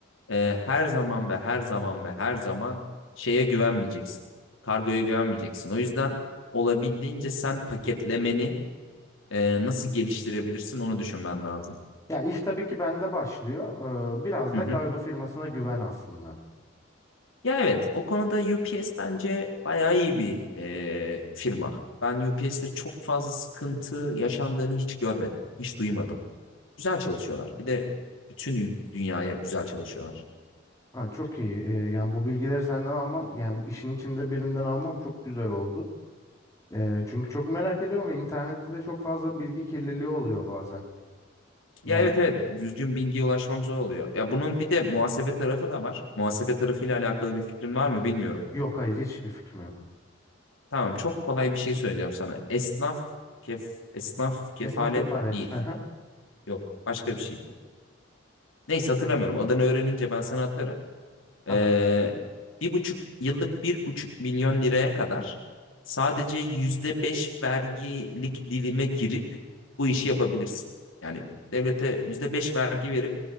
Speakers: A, on the left; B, on the left.
A: e, her zaman ve her zaman ve her zaman şeye güvenmeyeceksin. Kargoya güvenmeyeceksin. O yüzden olabildiğince sen paketlemeni e, nasıl geliştirebilirsin onu düşünmen lazım.
B: Ya iş tabii ki bende başlıyor. Ee, biraz
A: Hı
B: da
A: hı.
B: kargo firmasına güven aslında.
A: Ya evet o konuda UPS bence bayağı iyi bir e, firma. Ben UPS'te çok fazla sıkıntı yaşandığını hiç görmedim. Hiç duymadım. Güzel çalışıyorlar. Bir de bütün ül- dünyaya güzel çalışıyorlar.
B: Ha, çok iyi. Ee, yani bu bilgileri senden almam, yani işin içinde birinden almam çok güzel oldu. Ee, çünkü çok merak ediyorum ve internette de çok fazla bilgi kirliliği oluyor bazen.
A: Ya
B: Yani
A: evet evet düzgün bilgiye ulaşmam zor oluyor. Ya bunun bir de muhasebe tarafı da var. Muhasebe tarafıyla alakalı bir fikrin var mı bilmiyorum.
B: yok hayır hiçbir fikrim yok.
A: Tamam çok kolay bir şey söyleyeceğim sana. Esnaf kef esnaf kefalet
B: Esnaf kefaret.
A: değil.
B: Hı hı,
A: Yok başka bir şeydi. Neyse hatırlamıyorum. Adını öğrenince ben sana atarım.
B: Tamam.
A: Ee, bir buçuk yıllık bir buçuk milyon liraya kadar sadece yüzde beş vergilik dilime girip bu işi yapabilirsin. Yani devlete yüzde beş vergi verip